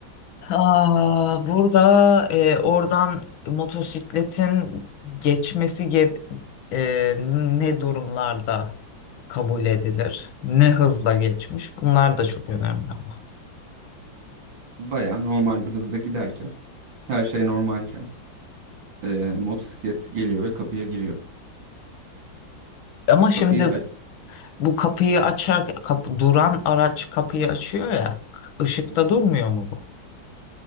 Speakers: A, on the left; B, on the right.
A: Aa, burada e, oradan motosikletin geçmesi ge- e, ne durumlarda kabul edilir? Ne hızla geçmiş? Bunlar da çok önemli ama.
B: bayağı normal bir hızda giderken her şey normalken e, motosiklet geliyor ve kapıya giriyor.
A: Ama
B: Kapıyı
A: şimdi
B: aç...
A: bu kapıyı açar, kap- duran araç kapıyı açıyor ya. Işıkta
B: Hı hı.
A: durmuyor mu bu?